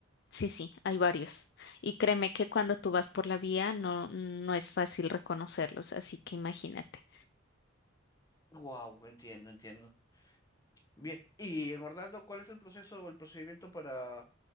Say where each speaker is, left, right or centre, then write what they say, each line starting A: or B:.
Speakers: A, on the left (about 55°); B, on the left (about 20°).
A: Sí, sí, hay varios. Y créeme que cuando tú vas por la vía no, no es fácil reconocerlos, así que imagínate.
B: Wow, entiendo, entiendo. Bien, y en Orlando, ¿cuál es el proceso o el procedimiento para,